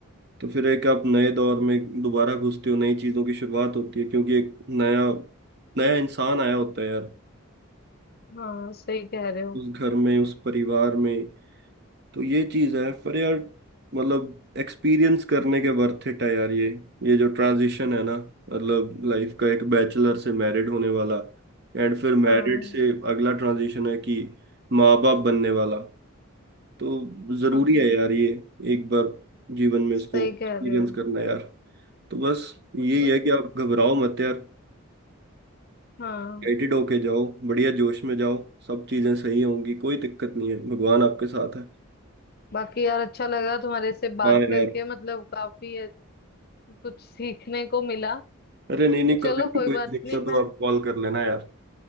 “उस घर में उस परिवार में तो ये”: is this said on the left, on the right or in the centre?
Right